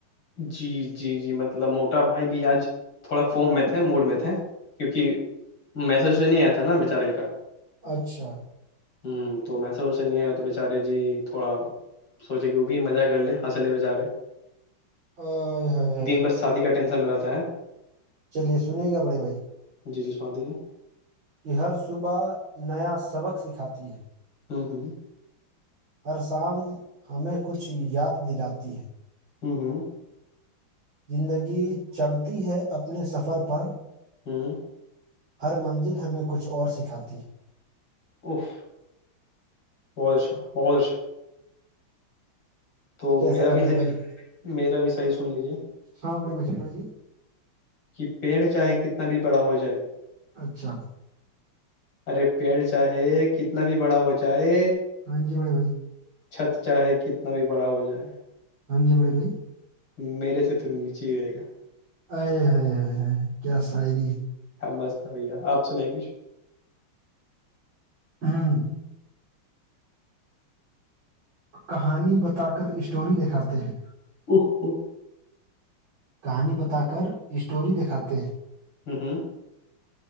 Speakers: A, on the left; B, on the right.
A: جی جی جی مطلب موٹا بھائی بھی آج تھوڑا فون میں تھے موڈ میں تھے کیونکہ میسج سے نہیں آیا تھا نا بچارل کا
B: اچھا
A: ہوں تو میںس اسے نہیں آیا تو بیچارے جی تھوڑا سوچے کہ وہ بھی مزہ کر لیں حنسلے میں جا رہے
B: ہ ہ
A: بھر شادی کا ٹینشن میں رہتا ہے
B: چلیے سنیے گ بڑے بھائی
A: جی جی سنا دیجیے
B: کہ ہر صبح نیا سبق سکھاتی ہے
A: ہوں ہوں
B: ہر شان ہمیں کچھ یاد دلاتی ہے
A: ہوں ہوں
B: زندگی چلتی ہے اپنے سفر پر
A: ہوں
B: ہر منزل ہمیں کچھ اور سکھاتی
A: اف بہت اچھا بہت اچھا تو
B: کیسا
A: میرا
B: تھا
A: بھی
B: بڑے بھائی
A: میرا بھی سائز سن لیجیے
B: ہاں گڑے بس جے
A: کہ پیڑ چاہے کتنا بھی بڑا ہو جائے
B: اچھا
A: ارے پیڑ چاہے کتنا بھی بڑا ہو جائے
B: ہاں جی بڑے بھائی
A: چھت چاہے کتنا بھی بڑا ہو جائے
B: ہاں ج مھے بھائی
A: میرے سے تو نیچے ہی رہے گا
B: ا ہے ہے ہے کیا شاعری
A: ا بس بھیا آپ سنیں کچھ
B: ہاں کہانی بتا کر اسٹوری دکھاتے ہیں
A: او
B: کہانی بتا کر اسٹوری دکھاتے ہیں
A: ہوں ہوں